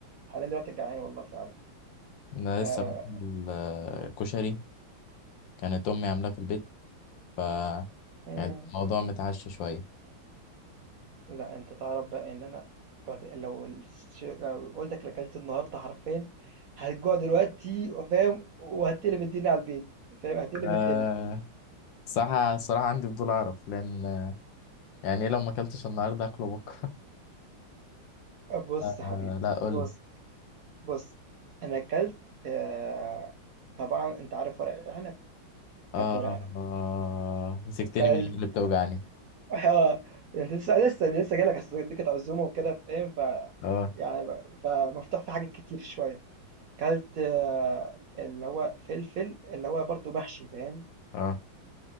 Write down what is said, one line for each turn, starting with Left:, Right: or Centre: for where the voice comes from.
Right: حاليا دلوقتي جعان والله فعلا
Left: انا لسه
Right: آه
Left: باكل آه، كشري كانت امي عاملاه في البيت ف
Right: مم.
Left: يعني الموضوع متعشى شويه
Right: لا انت تعرف بقى ان انا واكل- لو الش- لو قلت لك اكلت النهارده حرفيا هتجوع دلوقتي فاهم وهتقلب الدنيا على البيت فاهم هتقلب
Left: أه
Right: الدنيا
Left: صراحة الصراحة عندي فضول أعرف لأن آه، يعني إيه لو ما أكلتش النهاردة أكله بكرة <laughs>
Right: بص
Left: أه
Right: يا حبيبي
Left: لا قول
Right: بص
Left: لي
Right: بص انا اكلت آه طبعا انت عارف ورق العنب
Left: أه
Right: اكلت ورق عنب
Left: آه، مسكتني
Right: وكلت
Left: من إيدي اللي بتوجعني
Right: اه انت لسه لسه لسه جاي لك اصل دي كانت عزومه وكده فاهم ف
Left: أه
Right: يعني ب- فمفتوح في حاجات كتير شويه كلت آه، اللي هو فلفل اللي هو برضو محشي فاهم
Left: أه